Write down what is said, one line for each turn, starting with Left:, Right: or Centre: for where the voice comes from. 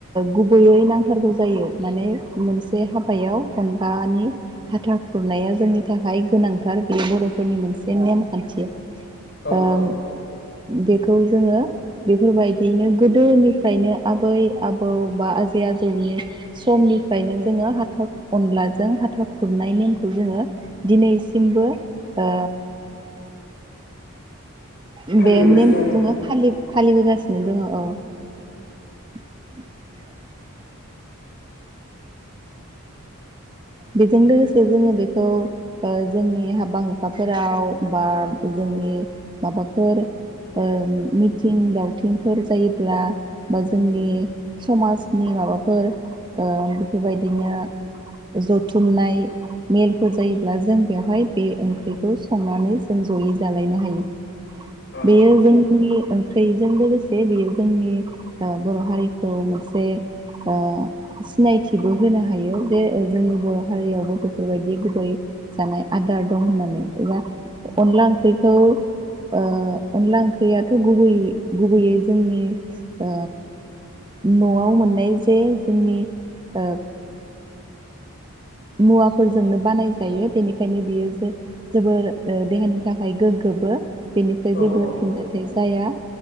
Right: गुबैयै नांथारगौ जायो माने मोनसे हाबायाव अनलानि हाथा खुरनाया जोंनि थाखाय गोनांथार बेयो बर'फोरनि मोनसे नेमखान्थि
Left: औ
Right: ओम
Left: औ
Right: बेखौ जोङो बेफोरबायदियैनो गोदोनिफ्रायनो आबै आबौ बा आजै आजौनि समनिफ्रायनो जोङो हाथा अनलाजों हाथाव खुरनाय नेमखौ जोङो दिनैसिमबो ओ <unintelligible>
Left: फालिबोगासिनो
Right: बे नेमखौबो
Left: आरोना
Right: फालि फालिबोगासिनो दङ', औ। <inaudible> बेजों लोगोसे जोङो बेखौ जोंनि हाबा हुखाफोराव बा जोंनि माबाफोर ओ मिथिं दावथिंफोर जायोब्ला बा जोंनि समाजनि माबाफोर बेफोरबायदिनो जथुमनाय मेलफोर जायोब्ला जों बेवहाय बे ओंख्रिखौ संनानै जों जयै जालायनो हायो।
Left: औ
Right: बेयो
Left: औ
Right: जोंनि ओंख्रि थैजों लोगोसे बेयो जोंनि बर' हारिखौ मोनसे ओ सिनायथि थिबो होनो हायो जे जोंनि बर' हारियावबो बेफोरबायदि गुबै जानाय आदार दं होननानै एबा अनला ओंख्रिखौ ओ अनला ओंख्रियाथ' गुबैयै-गुबैयै जोंनि ओ न'आव मोननाय जे जोंनि ओ मुवाफोरजोंनो बानाय जायो बेनिखायनो बियो जो जोबोर देहानि थाखाय गोग्गोबो बेनिफ्राय जेबो
Left: औ औ
Right: फिनजाथाइ जाया